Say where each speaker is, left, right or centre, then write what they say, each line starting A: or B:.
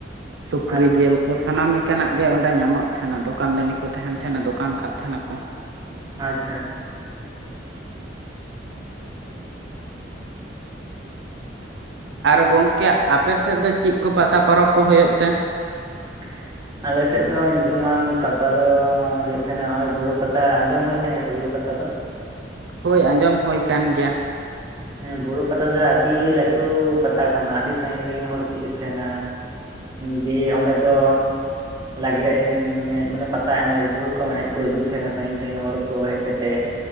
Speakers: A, on the right; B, on the right.
A: ᱥᱩᱠᱨᱤ
B: ᱟᱪᱪᱷᱟ
A: ᱡᱤᱞ ᱠᱚ ᱥᱟᱱᱟᱢ ᱞᱮᱠᱟ ᱚᱱᱠᱟᱱᱟᱜ ᱜᱮ ᱚᱸᱰᱮ ᱧᱟᱢᱚᱜ ᱛᱟᱦᱮᱱᱟ ᱫᱚᱠᱟᱱ ᱫᱟᱱᱤ ᱠᱚ ᱛᱟᱦᱮᱱ ᱛᱟᱦᱮᱱᱟ ᱫᱚᱠᱟᱱᱠᱫ ᱛᱟᱦᱮᱱᱟᱠᱚ
B: ᱟᱪᱷᱟ ᱟᱪᱷᱟ
A: ᱟᱨ ᱜᱚᱝᱠᱮ ᱟᱯᱮ ᱥᱮᱫ ᱫᱚ ᱪᱮᱫ ᱠᱚ ᱯᱟᱛᱟ ᱯᱚᱨᱚᱵᱽ ᱠᱚ ᱦᱩᱭᱩᱜ ᱛᱮ
B: <inaudible> ᱟᱞᱮᱥᱮᱫ ᱫᱚ ᱧᱩᱛᱩᱢᱟᱱ ᱯᱟᱛᱟ ᱫᱚ ᱦᱩᱭᱩᱜ ᱛᱟᱦᱮᱸᱱᱟ ᱱᱚᱜ ᱚᱚᱭ ᱵᱩᱨᱩ ᱯᱟᱛᱟ ᱟᱸᱡᱚᱢ ᱦᱩᱭ ᱠᱟᱱ ᱜᱮᱭᱟ ᱥᱮ ᱵᱩᱨᱩ ᱯᱟᱛᱟ ᱫᱚ
A: ᱦᱳᱭ ᱟᱸᱡᱚᱢ ᱦᱳᱭ ᱠᱟᱱ ᱜᱮᱭᱟ
B: ᱦᱮᱸ ᱵᱩᱨᱩ ᱯᱟᱛᱟ ᱫᱚ ᱟᱹᱰᱤ ᱞᱟᱹᱴᱩ ᱯᱟᱛᱟ ᱠᱟᱱᱟ ᱟᱹᱰᱤ ᱥᱟᱺᱜᱤᱧ ᱥᱟᱹᱜᱤᱧ ᱦᱚᱲ ᱠᱚ ᱦᱤᱭᱩᱜ ᱛᱟᱦᱮᱸᱱᱟ ᱫᱤᱭᱮ ᱚᱸᱰᱮ ᱫᱚ ᱞᱟᱜᱽᱲᱮ ᱮᱱᱮᱡ ᱢᱟᱱᱮ ᱯᱟᱛᱟ ᱮᱱᱮᱡ ᱵᱩᱨᱩ ᱠᱚ ᱮᱱᱮᱡ ᱠᱚ ᱩᱫᱩᱜ ᱠᱚ ᱛᱟᱦᱮᱱᱟ ᱥᱟᱺᱜᱤᱧ ᱥᱟᱺᱜᱤᱧ ᱦᱚᱲ ᱠᱚ ᱦᱮᱡ ᱠᱟ ᱠᱟᱛᱮᱫ